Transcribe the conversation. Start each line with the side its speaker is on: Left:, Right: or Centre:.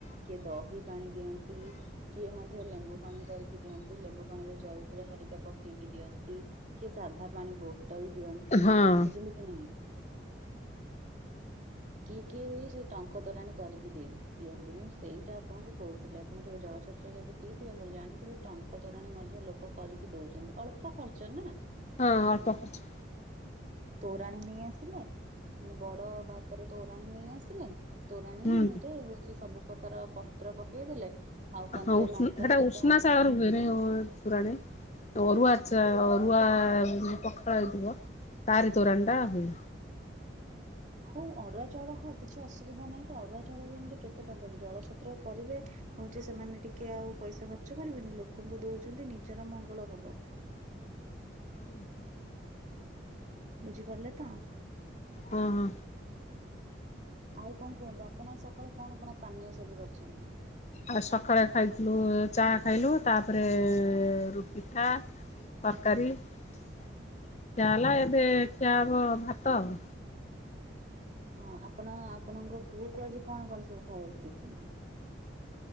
Right: କିଏ ଦହି ପାଣି ଦିଅନ୍ତି। କିଏ ମଧ୍ୟ ଲେମ୍ବୁ ପାଣି କରିକି ଦିଅନ୍ତି ଲେମ୍ବୁ ପାଣିରେ ଜଳଜିରା ହରିକା ପକେଇକି ଦିଅନ୍ତି। କିଏ ସାଧାପାଣି ବୋଟଲ ଦିଅନ୍ତି
Left: ହଁ
Right: ବୁଝିଲେ କି ନାଇଁ। କିଏ କିଏ ସିଏ ସେ ଟଙ୍କ ତୋରାଣି କରିକି ଦିଅନ୍ତି ମୁଁ ସେଇଟା ଆପଣଙ୍କୁ କହୁଥିଲି ଆପଣ କେବେ ଜଳଛତ୍ର ଯଦି ପିଇଥିବେ ଆପଣ ଜାଣିଥିବେ ଟଙ୍କ ତୋରାଣି ମଧ୍ୟ ଲୋକ କରିକି ଦଉଛନ୍ତି ଅଳ୍ପ ଖର୍ଚ୍ଚ ନା।
Left: ହଁ ଅଳ୍ପ ଖର୍ଚ୍ଚ।
Right: ତୋରାଣୀ ନେଇ ଆସିଲେ ମାନେ ବଡ ଭା ତରେ ତୋରାଣୀ ନେଇ ଆସିଲେ ତୋରାଣୀ
Left: ହୁଁ
Right: ରେ ହଉଛି ସବୁ ପ୍ରକାର ପତ୍ର ପକେଇ ଦେଲେ ଆଉ
Left: ହଁ
Right: କଞ୍ଚା
Left: ଉ ସେଇଟା
Right: ଲଙ୍କା ହାରିକା
Left: ଉଷ୍ଣ ଶାଳ ରେ ହୁଏ ନା ତୁରାଣି ଅରୁଆ ଚା ଅରୁଆ ପଖାଳ ହେଇଥିବ ତାରି ତୋରାଣ ଟା ହୁଏ।
Right: ହଉ ଅରୁଆ ଚାଉଳ ହଉ କିଛି ଅସୁବିଧା ନାହିଁ ତ ଅରୁଆ ଚାଉଳ ଏମତି କେତେ ଟଙ୍କା କି ଜଳଛତ୍ର କରିବେ ହଉ ଯେ ସେମାନେ ଟିକେ ଆଉ ପଇସା ଖର୍ଚ୍ଚ କରିବେନି ଲୋକଙ୍କୁ ଦଉଛନ୍ତି ନିଜର ମଙ୍ଗଳ ହବ।
Left: ଉଁ ହୁଁ।
Right: ବୁଝିପାରିଲେ ତ?
Left: ହଁ ହଁ।
Right: ଆଉ କଣ କୁହନ୍ତୁ ଆପଣ ସକାଳୁ କଣ କଣ ପାନୀୟ ସବୁ କରିଛନ୍ତି?
Left: ଆଉ ସକାଳେ ଖାଇଥିଲୁ ଚା ଖାଇଲୁ ତାପରେ ରୁ ପିଠା। ତରକାରୀ ଖିଆ ହେଲା ଏବେ ଖିଆ ହବ ଭାତ ଆଉ।
Right: ହଁ ଆପଣ ଆପଣଙ୍କ ପୁଅ କୁ ଆଜି କଣ କଣ ସବୁ ଖାଇବାକୁ ଦେଇଚନ୍ତି?